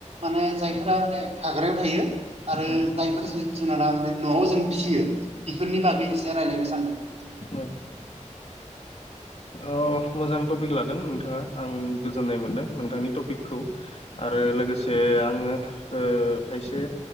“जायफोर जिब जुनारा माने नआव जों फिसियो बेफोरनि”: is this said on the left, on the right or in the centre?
Right